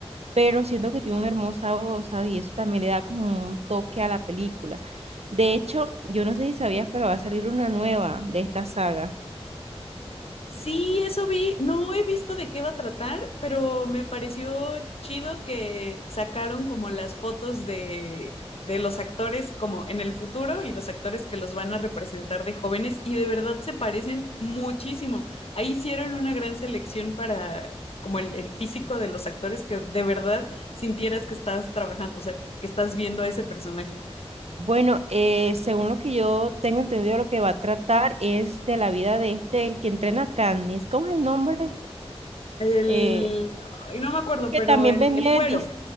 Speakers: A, on the right (about 75°); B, on the left (about 65°).
A: pero siento que tiene una hermosa voz, ¿sabes? Y eso también le da como un toque a la película. De hecho, yo no sé si sabías, pero va a salir una nueva de esta saga.
B: Sí, eso vi. No he visto de qué va a tratar, pero me pareció chido que sacaron como las fotos de, de los actores como en el futuro y los actores que los van a representar de jóvenes y de verdad se parecen muchísimo. Ahí hicieron una gran selección para como el, el físico de los actores que de verdad sintieras que estás trabajando, o sea, que, que estás viendo a ese personaje.
A: Bueno, eh, según lo que yo tengo entendido, lo que va a tratar es de la vida de este, el que entrena a Katniss. ¿Cómo es el nombre?
B: El,
A: Eh,
B: ay, no me acuerdo,
A: El que
B: pero
A: también
B: el,
A: venía
B: el güero,
A: del dis-